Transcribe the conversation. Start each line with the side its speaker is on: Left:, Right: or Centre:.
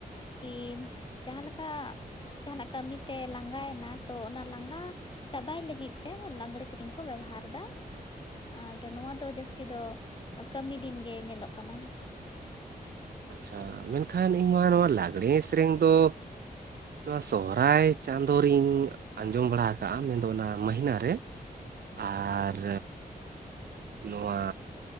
Left: ᱠᱤ ᱡᱟᱦᱟᱸ ᱞᱮᱠᱟ ᱡᱟᱦᱟᱱᱟᱜ ᱠᱟᱹᱢᱤ ᱛᱮ ᱞᱟᱸᱜᱟᱭᱮᱱᱟ ᱛᱚ ᱚᱱᱟ ᱞᱟᱸᱜᱟ ᱪᱟᱵᱟᱭ ᱞᱟᱹᱜᱤᱫ ᱛᱮ ᱞᱟᱸᱜᱽᱲᱮ ᱥᱮᱨᱮᱧ ᱠᱚ ᱠᱚ ᱵᱮᱵᱚᱦᱟᱨᱫᱟ ᱟᱨ ᱱᱚᱶᱟ ᱫᱚ ᱡᱟᱹᱥᱛᱤ ᱫᱚ ᱠᱟᱹᱢᱤ ᱫᱤᱱ ᱜᱮ ᱧᱮᱞᱚᱜ ᱠᱟᱱᱟ᱾
Right: ᱟᱪᱷᱟ ᱢᱮᱱᱠᱷᱟᱱ ᱤᱧᱢᱟ ᱱᱚᱶᱟ ᱞᱟᱜᱽᱲᱮ ᱥᱮᱨᱮᱧ ᱫᱚ ᱱᱚᱣᱟ ᱥᱚᱦᱨᱟᱭ ᱪᱟᱸᱫᱳ ᱨᱤᱧ ᱟᱸᱡᱚᱢ ᱵᱟᱲᱟ ᱟᱠᱟᱟᱜᱼᱟ ᱢᱮᱱᱫᱚ ᱚᱱᱟ ᱢᱟᱹᱦᱤᱱᱟᱹ ᱨᱮ ᱟᱨ ᱱᱚᱶᱟ